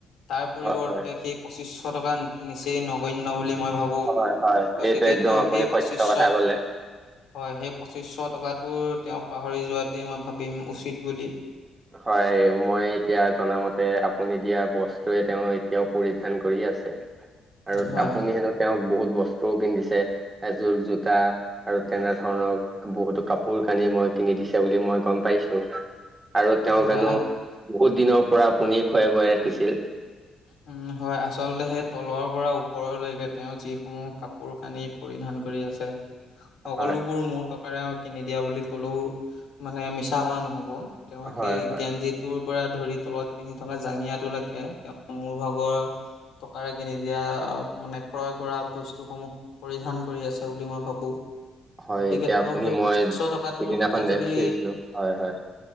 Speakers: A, on the left (about 75°); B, on the right (about 25°).
A: তাৰ পৰিৱৰ্তে
B: হয় হয়
A: সেই পঁচিশ টকা নিচেই নগন্য বুলি মই ভাবো
B: হয় হয়
A: গতিকে
B: এইটো একদম
A: তেওঁ
B: আপুনি
A: সেই
B: সত্য
A: পঁচিছত
B: কথা ক'লে
A: হয়। সেই পঁচিশশ টকাটো তেওঁ পাহৰি যোৱাটোৱে মই ভাবিম উচিত বুলি
B: হয়। মই এতিয়া জনামতে আপুনি দিয়া বস্তুৱে তেওঁ এতিয়াও পৰিধান কৰি আছে।
A: <inaudible>
B: আৰু
A: হয়
B: আপুনি হেনো তেওঁক বহুত বস্তুও কিন দিছে। এযোৰ জোতা আৰু তেনেধৰণৰ বহুতো কাপোৰ কানি মই কিনি দিছে বুলি মই গম পাইছো। আৰু তেওঁ
A: হয়
B: জানো বহুত দিনৰ পৰা আপুনি খুৱাই বুৱাই ৰাখিছিল।
A: উম', হয়। আচলতে সেই তলৰ পৰা ওপৰলৈকে তেওঁ যিসমূহ কাপোৰ কানি পৰিধান কৰি আছে। সকলোবোৰ
B: হয়
A: মোৰ টকাৰৰে কিনি দিয়া বুলি ক'লেও মানে মিছা কোৱা নহ'ব তেওঁ
B: হয়
A: সেই
B: হয়
A: গেঞ্জিটোৰ পৰা ধৰি তলত পিন্ধি থকা জাঙিয়াত লকে তেওঁ মোৰ ভাগৰ টকাৰে কিনি দিয়া মানে ক্ৰয় কৰা বস্তুসমূহ পৰিধান কৰি আছে বুলি মই ভাবো।
B: হয়
A: গতিকে
B: এতিয়া
A: তেওঁ
B: আপুনি
A: সেই
B: মই
A: পঁচশ টকাটোৰ
B: সিদিনাখন
A: কথা যদি
B: দেখিছিলো হয় হয়